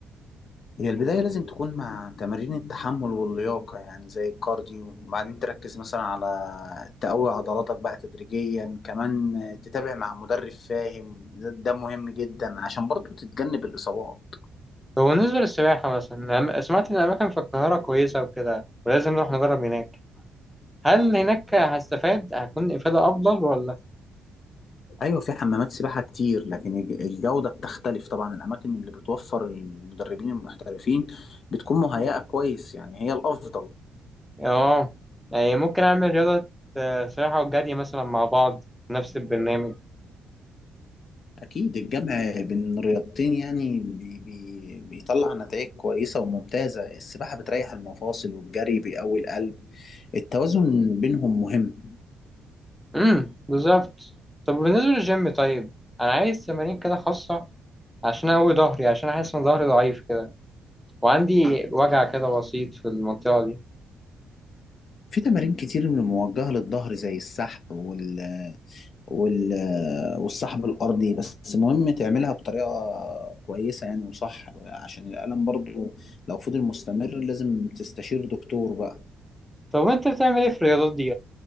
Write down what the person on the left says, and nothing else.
هي البداية لازم تكون مع تمارين التحمل واللياقة يعني زي الكارديو وبعدين تركز مثلا على تقوي عضلاتك بقى تدريجيا كمان تتابع مع مدرب فاهم ده ده مهم جدا عشان برضو تتجنب الإصابات
أيوة في حمامات سباحة كتير لكن الج- الجودة بتختلف طبعا الأماكن اللي بتوفر المدربين المحترفين بتكون مهيئة كويس يعني هي الأفضل
أكيد الجمع بين الرياضتين يعني بي بي بيطلع نتائج كويسة وممتازة السباحة بتريح المفاصل والجري بيقوي القلب التوازن بينهم مهم
في تمارين كتير موجهة للظهر زي السحب وال وال والسحب الأرضي بس مهم تعملها بطريقة كويسة يعني وصح عشان الألم برضو لو فضل مستمر لازم تستشير دكتور بقى